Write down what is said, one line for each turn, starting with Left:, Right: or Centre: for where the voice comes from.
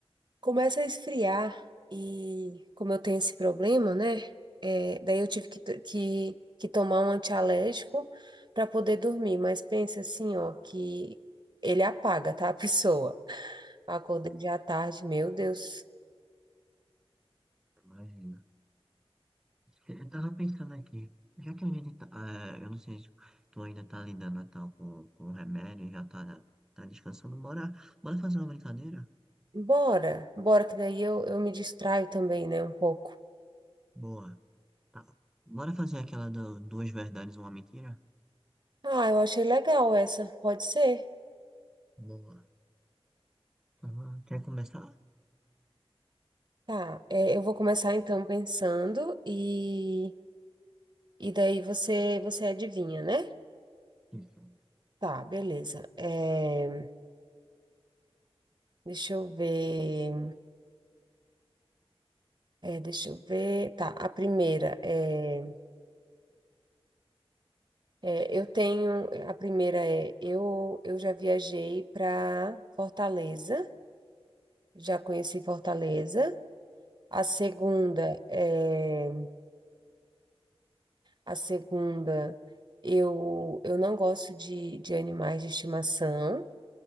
Right: começa a esfriar e como eu tenho esse problema, né? É, daí eu tive que, to- que, que tomar um antialérgico para poder dormir, mas pensa assim, ó, que ele apaga, tá, a pessoa. Acordei já à tarde, meu Deus.
Centre: imagina. Eu tava pensando aqui, já que a gente tá, eh, eu não sei se tu ainda tá lidando e tal com, com o remédio, já tá, tá descansando, bora, bora fazer uma brincadeira?
Right: Bora, bora, que daí eu, eu me distraio também, né, um pouco.
Centre: Boa. Tá. Bora fazer aquela do, duas verdades, uma mentira?
Right: Ah, eu achei legal essa, pode ser?
Centre: Boa. Tá. bom. Quer começar?
Right: Tá, é, eu vou começar então pensando e, e daí você, você adivinha, né?
Centre: Isso.
Right: Tá, beleza. É, deixa eu ver, é, deixa eu ver. Tá, a primeira é, é, eu tenho, a primeira é, eu, eu já viajei para Fortaleza, já conheci Fortaleza. A segunda é a segunda eu eu não gosto de, de animais de estimação